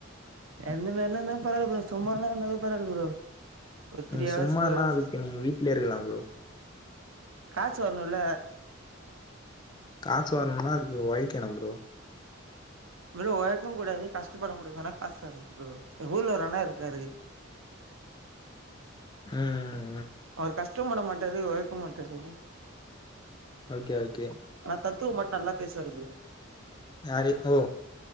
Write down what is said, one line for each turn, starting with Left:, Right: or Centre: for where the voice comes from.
Right: எந்த மாதிரினா இருந்தாலு பரவால்ல ப்ரோ சும்மா தா இருந்தாலு பரவால்ல ப்ரோ ஒரு த்ரீ ஹவர்ஸ்
Left: சும்மானா
Right: ஃபோர் ஹவர்ஸ்
Left: அதுக்கு நீங்க வீட்ல இருக்கலா ப்ரோ
Right: காசு வரணுல
Left: காசு வரணும்னா அதுக்கு உழைக்கணு ப்ரோ
Right: ப்ரோ உழைக்கவு கூடாது கஷ்டப்படவு கூடாது ஆனா காசு வேணு ப்ரோ எ ஊர்ல ஒரு அண்ண இருக்காரு
Left: உம்
Right: அவரு கஷ் ஒர்க்கு பண்ண மாட்டாரு உழைக்கவு மாட்டாரு
Left: ஓகே ஓகே
Right: ஆனா தத்துவ மட்டு நல்லா பேசுவாரு ப்ரோ
Left: ஆரி ஓ